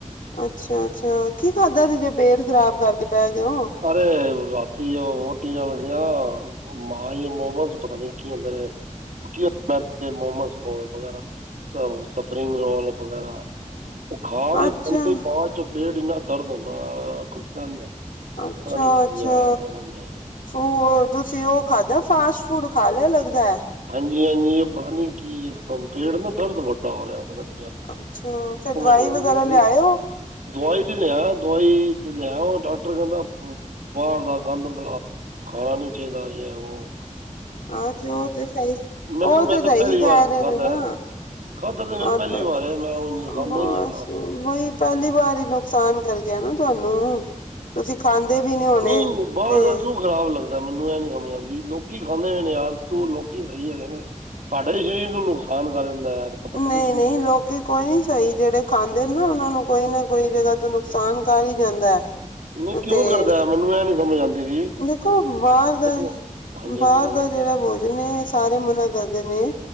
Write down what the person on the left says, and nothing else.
ਅੱਛਾ- ਅੱਛਾ ਕੀ ਖਾਧਾ ਸੀ, ਜੇ ਪੇਟ ਖ਼ਰਾਬ ਕਰਕੇ ਬਹਿ ਗਏ ਹੋ।
ਅੱਛਾ
ਅੱਛਾ
-ਅੱਛਾ
ਉਹ ਤੁਸੀਂ ਉਹ ਖਾਧਾ ਫਾਸਟ ਫੂਡ ਖਾ ਲਿਆ ਲੱਗਦਾ ਐ।
ਅੱਛਾ ਫਿਰ ਦਵਾਈ
ਵਗੈਰਾ ਲਿਆਇਓ
ਹਾਂ ਤੇ ਉਹ ਤੇ ਸਹੀ,
ਉਹ
ਤਾਂ ਸਹੀ
ਕਹਿ
ਰਹੇ
ਨੇ ਨਾ।
ਹਾਂ
ਤਾਂ,
ਬਸ
ਵਹੀ ਪਹਿਲੀ ਵਾਰ ਹੀ, ਨੁਕਸਾਨ ਕਰ ਗਿਆ ਨਾ ਤੁਹਾਨੂੰ ਤੁਸੀਂ ਖਾਂਦੇ ਵੀ ਨੀ ਹੋਣੇ
ਤੇ
ਨਹੀਂ
ਨਹੀਂ
ਲੋਕੀ ਕੋਈ ਨੀ ਸਹੀ ਜਿਹੜੇ ਖਾਂਦੇ ਨਾ, ਉਹਨਾਂ ਨੂੰ ਕੋਈ ਨਾ ਕੋਈ ਜਗ੍ਹਾਹ ਤੋਂ ਨੁਕਸਾਨ ਕਰ ਹੀ ਜਾਂਦਾ। ਹੈ
ਤੇ
ਦੇਖੋ ਬਾਹਰ ਦਾ
ਬਾਹਰ
ਦਾ ਜਿਹੜਾ ਭੋਜਨ ਹੈ, ਸਾਰੇ ਮਨਾ ਕਰਦੇ ਨੇ।